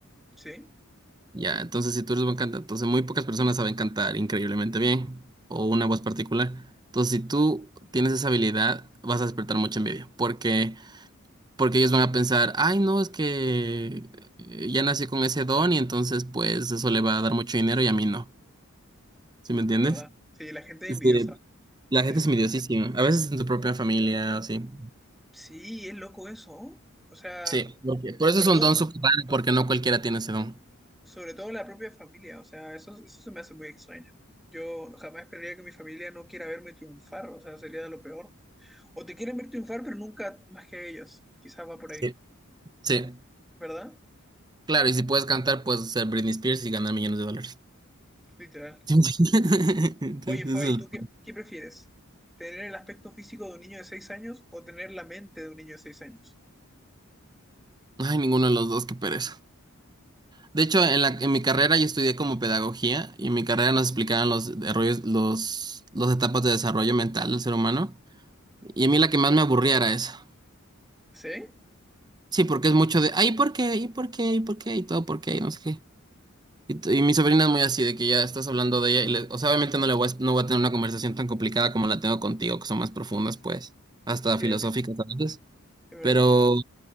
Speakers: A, in the centre; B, on the right.
A: sí,
B: Ya, entonces si tú eres buen cantante, entonces muy pocas personas saben cantar increíblemente bien o una voz particular. Entonces si tú tienes esa habilidad, vas a despertar mucha envidia, porque porque ellos van a pensar, ay, no, es que eh, ya nací con ese don y entonces pues eso le va a dar mucho dinero y a mí no. ¿Sí me entiendes?
A: es verdad. Sí, la gente es
B: Este,
A: envidiosa
B: la
A: en
B: gente
A: ese
B: es envidiosísima,
A: sentido.
B: a veces en tu propia familia, así.
A: Sí, es loco eso. O sea,
B: Sí, porque- por
A: sobre
B: eso es un
A: todo,
B: don súper raro, porque no cualquiera tiene ese don.
A: sobre todo la propia familia. O sea, eso, eso se me hace muy extraño. Yo jamás esperaría que mi familia no quiera verme triunfar. O sea, sería de lo peor. O te quieren ver triunfar, pero nunca más que ellos. Quizás va por
B: Sí,
A: ahí.
B: sí.
A: ¿verdad?
B: Claro, y si puedes cantar, puedes ser Britney Spears y ganar millones de dólares.
A: Literal.
B: <laughs> Entonces,
A: Oye, Fabi,
B: el-
A: ¿tú qué, qué prefieres? ¿Tener el aspecto físico de un niño de 6 años o tener la mente de un niño de seis años?
B: ay, ninguno de los dos, qué pereza. De hecho, en la, en mi carrera yo estudié como pedagogía y en mi carrera nos explicaban los desarrollos, los, las etapas de desarrollo mental del ser humano. Y a mí la que más me aburría era esa.
A: ¿Sí?
B: Sí, porque es mucho de, ay, ¿por qué? ¿Y por qué? ¿Y por qué? Y todo, ¿por qué? Y no sé qué. Y, t- y mi sobrina es muy así, de que ya estás hablando de ella, y le- o sea, obviamente no le voy a, no voy a tener una conversación tan complicada como la tengo contigo, que son más profundas, pues, hasta
A: Sí,
B: filosóficas
A: es
B: a veces,
A: es verdad.
B: pero